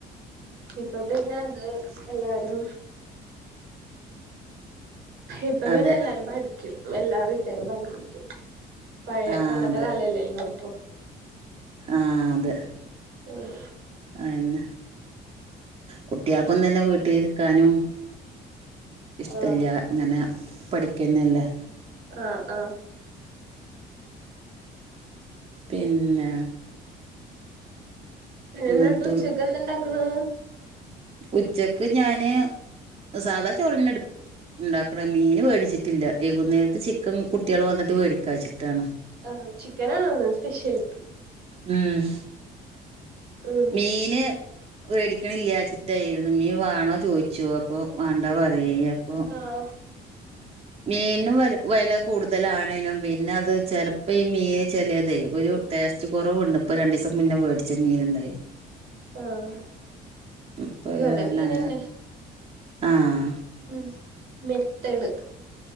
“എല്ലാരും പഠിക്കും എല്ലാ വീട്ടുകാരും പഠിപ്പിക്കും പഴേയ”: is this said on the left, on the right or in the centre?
Right